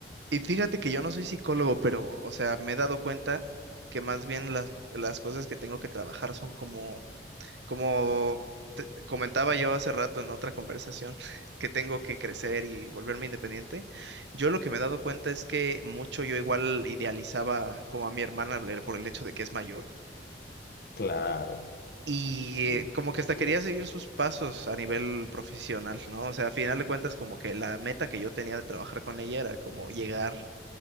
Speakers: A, on the right (about 70°); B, on the left (about 60°).
A: y fíjate que yo no soy psicólogo, pero, o sea, me he dado cuenta que más bien las, las cosas que tengo que trabajar son como, como Comentaba yo hace rato en otra conversación <laughs> que tengo que crecer y volverme independiente. Yo lo que me he dado cuenta es que mucho yo igual idealizaba como a mi hermana Blair por el hecho de que es mayor.
B: claro.
A: Y
B: Uh,
A: eh, como que hasta
B: qué bueno.
A: quería seguir sus pasos a nivel profesional, ¿no? O sea, a final de cuentas, como que la meta que yo tenía de trabajar con ella era como llegar